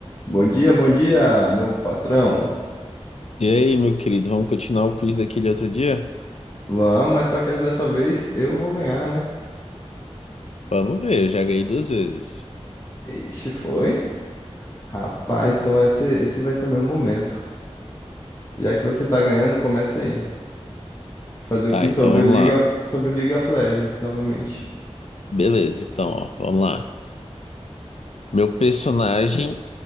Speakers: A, on the left; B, on the left.
A: Bom dia, bom dia, meu patrão.
B: E aí, meu querido, vamos continuar o quiz daquele outro dia?
A: Vamos, mas só que dessa vez eu vou ganhar, né?
B: Vamos ver, eu já ganhei duas vezes.
A: Ixi, foi? Rapaz, então esse, esse vai ser o meu momento. Já que você tá ganhando, começa aí. Fazer
B: Tá,
A: o que sobre
B: então vamos
A: o League,
B: lá.
A: of- sobre o League of Legends novamente.
B: Beleza, então, ó, vamos lá. Meu personagem